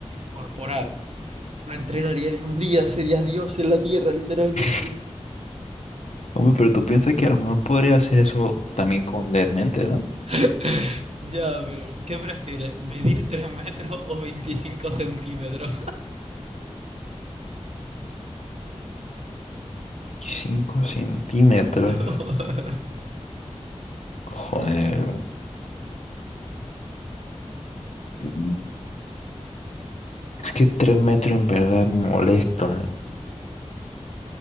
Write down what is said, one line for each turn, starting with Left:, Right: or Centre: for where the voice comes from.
Right: corporal. No entrenaría ni un día, sería Dios en la tierra, literalmente.
Left: <laughs> Hombre, pero tú piensas que a lo mejor podría hacer eso también con leer mente, ¿no?
Right: <laughs> Ya, pero ¿qué prefieres? ¿Medir 3 metros o veinticinco centímetros?
Left: ¿5 centímetros.
Right: <laughs>
Left: Joder. Mm. Es que 3 metros en verdad es molesto. ¿eh?